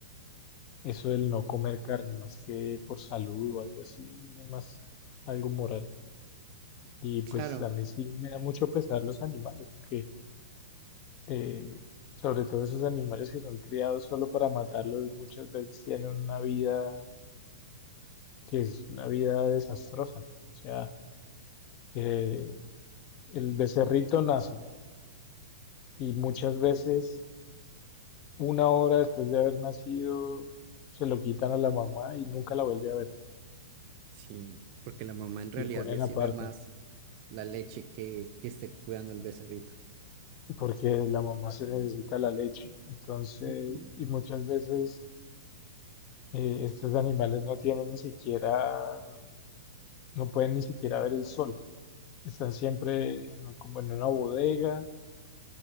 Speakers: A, on the left; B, on the right.
A: Eso del no comer carne, más que por salud o algo así, es más algo moral. Y
B: claro,
A: pues a mí sí me da mucho pesar los animales, porque eh, sobre todo esos animales que son criados solo para matarlos, muchas veces tienen una vida que es una vida desastrosa. O sea, eh, el becerrito nace y muchas veces una hora después de haber nacido se lo quitan a la mamá y nunca la vuelve a ver,
B: sí, porque la mamá en realidad
A: lo ponen
B: le sirve
A: aparte.
B: más la leche que, que esté cuidando el becerrito.
A: porque la mamá se necesita la leche. Entonces,
B: Ujú,
A: y muchas veces eh, estos animales no tienen ni siquiera, no pueden ni siquiera ver el sol. Están siempre en, un- como en una bodega